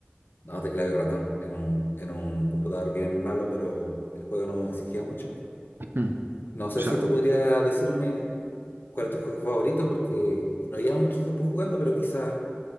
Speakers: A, on the left; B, on the right.
A: No, teclado y ratón, en un, en un computador bien malo, pero el juego no exigía mucho.
B: Mm. <clears throat>
A: No sé
B: O sea,
A: si tú podrías decirme cuál es tu juego favorito, porque no llevas mucho tiempo jugando, pero quizás